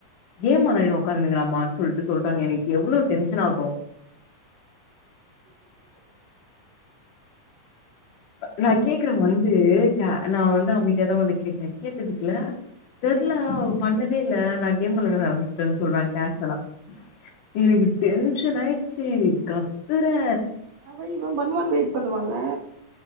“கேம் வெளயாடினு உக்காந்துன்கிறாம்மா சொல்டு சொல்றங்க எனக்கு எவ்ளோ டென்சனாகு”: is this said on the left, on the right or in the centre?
Left